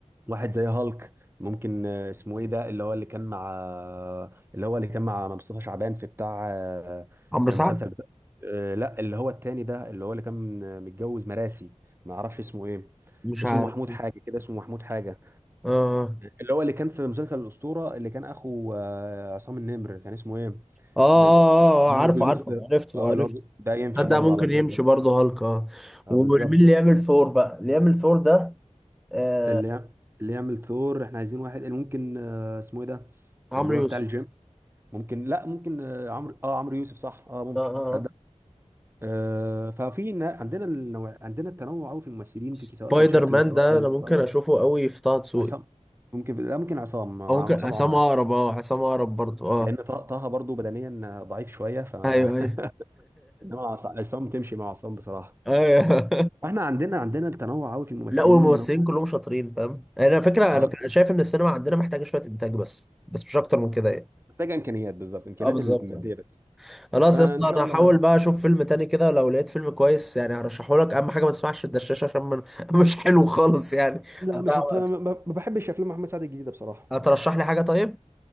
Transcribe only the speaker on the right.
واحد زي هالك ممكن آه، اسمه ايه ده اللي هو اللي كان مع آه، اللي هو اللي كان مع مصطفى شعبان في بتاع آه،
في
مسلسل بتاع آه، لا اللي هو التاني ده اللي هو اللي كان آه، متجوز مراسي ما اعرفش اسمه ايه
اسمه
محمود
حاجه كده اسمه محمود حاجه
اللي هو اللي كان في مسلسل الأسطورة اللي كان أخو آه، عصام النمر كان اسمه إيه؟
جل- اللي
هو جوز
أخت
آه،
اللي هو ج- ده يمشي
برضه
على الدور
ده
اه
بالظبط
اللي يع- اللي يعمل ثور احنا عايزين واحد اللي ممكن آه، اسمه إيه ده؟
اللي
هو بتاع الجيم ممكن لا ممكن آه، عمرو اه عمرو يوسف صح اه ممكن
تصدق
آه ففي ن- عندنا النوع... عندنا التنوع قوي في الممثلين
في سواء في الشكل
سواء
في الستايل
عصام ممكن لا ممكن عصام آه،
عصام
عمر
لان طه طه برضه بدنيا آه، ضعيف شويه ف
<laughs> انما عص- عصام تمشي مع عصام بصراحه
واحنا عندنا عندنا التنوع قوي في الممثلين
ان هم
اه
محتاجه امكانيات بالظبط امكانيات
الماديه
بس
فان
شاء
الله
يعني
لا
مش هت...
ما ما بحبش افلام محمد سعد الجديده بصراحه